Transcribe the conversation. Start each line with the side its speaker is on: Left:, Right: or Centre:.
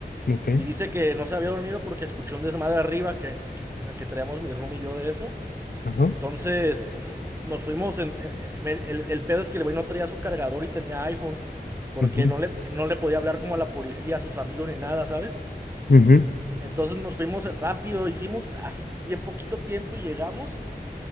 Left: ok,
Right: Y dice que no se había dormido porque escuchó un desmadre arriba que, que, eh, que traíamos mi room y yo de eso.
Left: ajá,
Right: Entonces nos fuimos en... en- en- me- el, el pedo es que el güey no traía su cargador y tenía iPhone porque
Left: ujú,
Right: no le, no le podía hablar como a la policía, a sus amigos ni nada, ¿sabes?
Left: ujú,
Right: Entonces nos fuimos rápido, hicimos así bien poquito tiempo y llegamos.